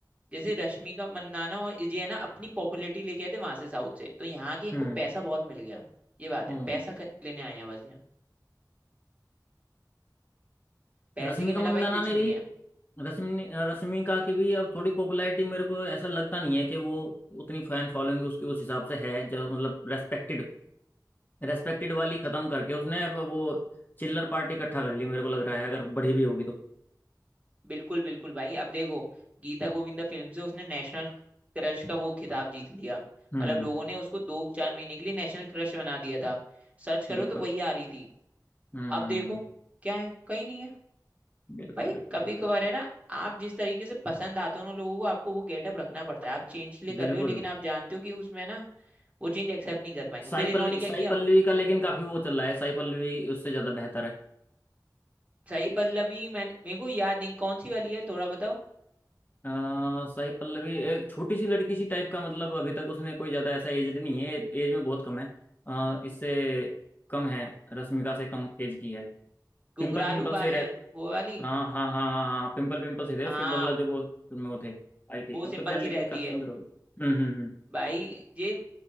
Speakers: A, on the right (about 20°); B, on the left (about 25°).
A: जैसे रश्मिका मंदाना और ये है ना अपनी पॉपुलैरिटी लेके आए थे वहां से साउथ से तो यहाँ के इनको
B: हम्म
A: पैसा बहुत मिल गया ये बात
B: हाँ
A: है पैसा ख- लेने आए हैं बस ये पैसे
B: रश्मिका
A: के
B: मंदाना
A: बिना भाई कुछ
B: ने
A: नहीं
B: भी
A: है
B: रश्मि रश्मिका की भी अब थोड़ी पॉपुलैरिटी मेरे को ऐसा लगता नहीं है कि वो उतनी फैन फॉलोइंग उसकी उस हिसाब से है जो मतलब रेस्पेक्टेड रेस्पेक्टेड वाली खत्म करके उसने अब वो चिल्लर पार्टी इकट्ठा कर ली मेरे को लग रहा है अगर बड़ी भी होगी तो
A: बिल्कुल बिल्कुल भाई अब देखो गीता गोविंदा फिल्म से उसने नेशनल क्रश का वो खिताब जीत लिया
B: हम्म
A: मतलब लोगों ने उसको दो चार महीने के लिए नेशनल क्रश बना दिया था सर्च करो
B: बिल्कुल
A: तो वही आ रही थी
B: हम्म
A: अब देखो क्या है कहीं नहीं है
B: बिल्कुल
A: भाई
B: बिल्कुल
A: कभी
B: बिल्कुल
A: कभार है ना आप जिस तरीके से पसंद आते हो उन लोगों को आपको वो गेटअप रखना पड़ता है आप चेंज के लिए कर
B: बिल्कुल
A: रहे हो लेकिन आप जानते हो कि उसमें ना वो चेंज एक्सेप्ट नहीं कर पाएंगे
B: साई
A: फिर इन्होंने
B: पल्लवी
A: क्या
B: साई
A: किया
B: पल्लवी का लेकिन काफी वो चल रहा है साई पल्लवी उससे ज्यादा बेहतर है
A: साई पल्लवी मैंने मेरे को याद नहीं कौन सी वाली है थोड़ा बताओ
B: अ, साई पल्लवी एक छोटी सी लड़की सी टाइप का मतलब अभी तक उसने कोई ज्यादा ऐसा एजड नहीं है एज में बहुत कम है अ, इससे कम है रश्मिका से कम एज की है
A: घुंघरालू
B: पिंपल पिंपल
A: बाल
B: से रह
A: है वो वाली
B: हाँ हाँ हाँ हाँ हाँ पिंपल पिंपल से थे
A: हाँ
B: उसके मतलब जब वो फिल्म में वो थे आई थी
A: वो
B: अब
A: सिंपल
B: तो खैर
A: सी
B: लेकिन
A: रहती
B: काफी
A: है
B: सुंदर हो गए हम्म हम्म
A: भाई ये